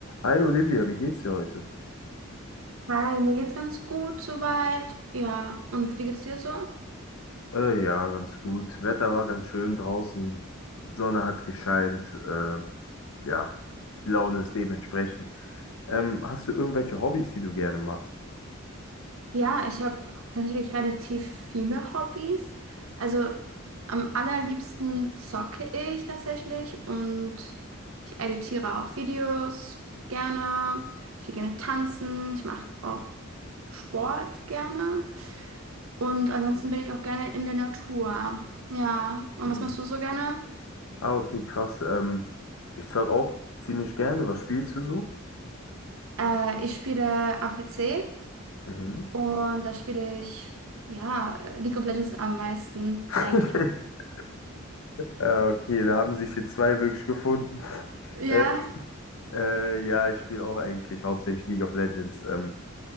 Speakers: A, on the left (about 85°); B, on the right (about 85°).
A: Hi Olivia, wie geht's dir heute?
B: Hi, mir geht's ganz gut soweit. Ja, und wie geht's dir so?
A: Äh, ja, ganz gut. Wetter war ganz schön draußen, Sonne hat gescheint, äh, ja, die Laune ist dementsprechend. Ähm, hast du irgendwelche Hobbys, die du gerne machst?
B: Ja, ich habe tatsächlich relativ viele Hobbys. Also am allerliebsten zocke ich tatsächlich und ich editiere auch Videos gerne. Ich gehe gerne tanzen. Ich mache auch Sport gerne. Und ansonsten bin ich auch gerne in der Natur. Ja, und
A: Mhm.
B: was machst du so gerne?
A: Ah, okay, krass. Ähm, ich zeug auch ziemlich gerne. Was spielst du so?
B: Äh, ich spiele am PC.
A: Mhm.
B: Und da spiele ich, ja, äh, League of Legends am meisten,
A: <laughs>
B: denke ich.
A: Ja, okay, da haben sich hier zwei wirklich gefunden. <laughs>
B: Ja,
A: Äh, äh, ja, ich spiele auch eigentlich hauptsächlich League of Legends. Ähm,